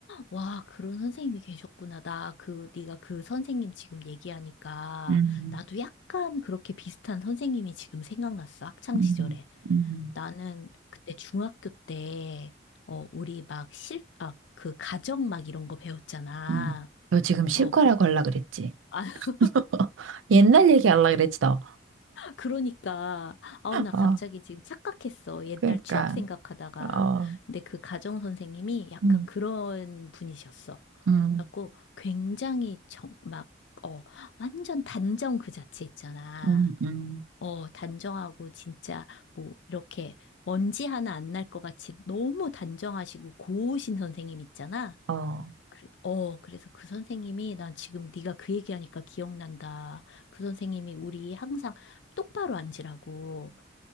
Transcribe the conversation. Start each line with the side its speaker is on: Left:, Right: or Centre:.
Left: 와, 그런 선생님이 계셨구나. 나 그, 네가 그 선생님 지금 얘기하니까
Right: 음,
Left: 나도 약간 그렇게 비슷한 선생님이 지금 생각났어. 학창
Right: 음,
Left: 시절에.
Right: 음,
Left: 나는 그때 중학교 때, 어, 우리 막 실, 아, 그 가정 막 이런 거 배웠잖아.
Right: 음. 너 지금 실과라고
Left: 어, 그,
Right: 하려 그랬지?
Left: 아,
Right: <laughs>
Left: <laughs>
Right: 옛날 얘기 하려 그랬지 너.
Left: 그러니까. 아우, 나 갑자기
Right: 어,
Left: 지금 착각했어. 옛날
Right: 그러니까
Left: 추억 생각하다가.
Right: 어.
Left: 근데 그 가정 선생님이 약간
Right: 음.
Left: 그런 분이셨어.
Right: 음,
Left: 갖고 굉장히 정, 막, 어, 완전 단정 그 자체 있잖아.
Right: 음, 음.
Left: 어, 단정하고 진짜 뭐 이렇게 먼지 하나 안 날 것 같이 너무 단정하시고 고우신 선생님 있잖아.
Right: 어, 어,
Left: 그래, 어, 그래서 그 선생님이 난 지금 네가 그 얘기하니까 기억난다. 그 선생님이 우리 항상 똑바로 앉으라고